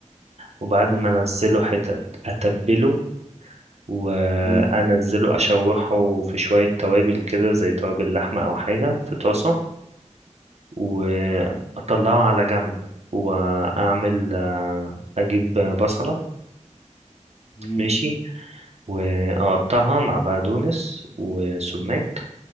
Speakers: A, on the right; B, on the left.
A: وبعد
B: مم.
A: ما انسله حتت اتبله وانزله
B: ايدي
A: اشوحه في شويه توابل كده زي توابل لحمه او حاجه في طاسه واطلعه على جنب واعمل آه، اجيب بصله
B: مم.
A: ماشي واقطعها مع بقدونس وسماق